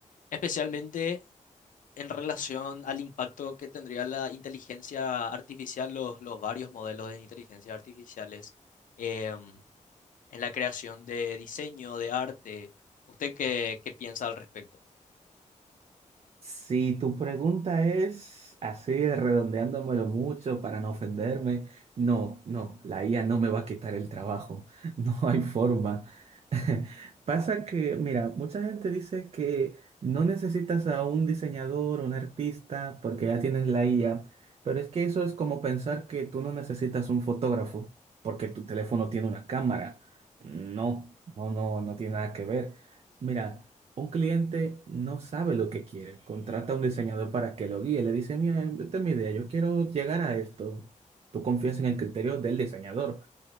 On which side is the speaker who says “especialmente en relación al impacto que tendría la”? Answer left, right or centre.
Left